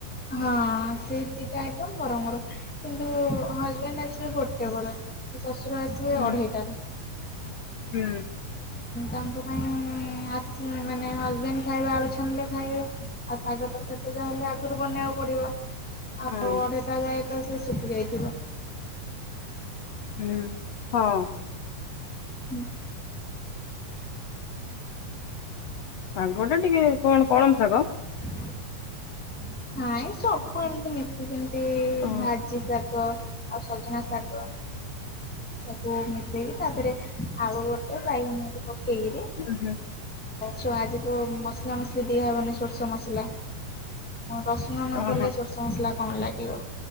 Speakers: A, in the centre; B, on the left.
A: ହଁ ସେ ଦିଟା ଆଇଟମ ଗରମ ଗରମ କିନ୍ତୁ ହଜବ୍ୟାଣ୍ଡ ଆସିବେ ଗୋଟେ ବେଳେ। ଶଶୁର ଆସିବେ
B: ହୁଁ
A: ଅଢେଇଟାରେ
B: ହୁଁ
A: ତାଙ୍କ ପାଇଁ ଆ ମାନେ ହଜବେଣ୍ଡ ଖାଇବା ଆଳୁ ଛାଣିଲେ ଖାଇବେ ଆଉ ଶାଗ ତରକାରୀ ଯାହା ହେଲେ ଆଗରୁ ବନେଇବାକୁ ପଡିବ ଆଉ
B: ହଁ
A: ଅଢେଇଟା ଯାଏ ତ ସେ ଶୁଖି ଯାଇଥିବ।
B: ହୁଁ ହଁ
A: <inaudible>
B: ଶାଗଟା ଟିକେ କଣ କଳମ ଶାଗ।
A: <inaudible> ନାଇଁ ସବୁ ଏମତି ମିଶି ସେ ଯେମିତି
B: ଓ
A: ଭାଜି ଶାଗ ଆଉ ସଜନା ଶାଗ ତାକୁ ମିଶେଇକି ତାଥିରେ ଆଳୁ ଗୋଟେ ବାଇଗଣ ପକେଇ ଏଇରେ
B: ଓହୋ
A: ସ ଆଜି ତ ମସଲା ମସଲି ଦିଆ ହବନି ସୋରିଷ ମସଲା ରସୁଣ ନ
B: ଓହୋ
A: ପଡିଲେ ସୋରିଷ ମସଲା କଣ ଲାଗିବ